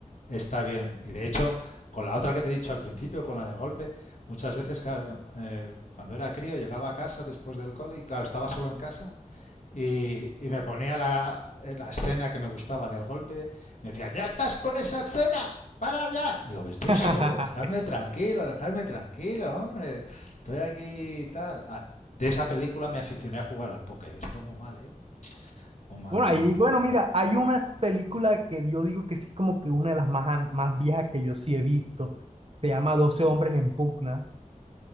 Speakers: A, on the left; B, on the right.
A: está bien. Y de hecho, con la otra que te he dicho al principio, con la del golpe, muchas veces, claro, eh, cuando era crío llegaba a casa después del cole y, claro, estaba solo en casa. Y, y me ponía la, eh, la escena que me gustaba del golpe. Me decía, ya estás con esa escena, para ya. Digo, estoy
B: <laughs>
A: solo, dejarme tranquilo, dejarme tranquilo, hombre. Estoy aquí y tal. Ah, De esa película me aficioné a jugar al póker. Esto muy mal, ¿eh? Muy mal,
B: Bueno,
A: muy
B: ahí,
A: mal.
B: bueno,
A: Pero
B: mira, hay una película que yo digo que sí es como que una de las más, an- más viejas que yo sí he visto. Se llama 12 hombres en pugna.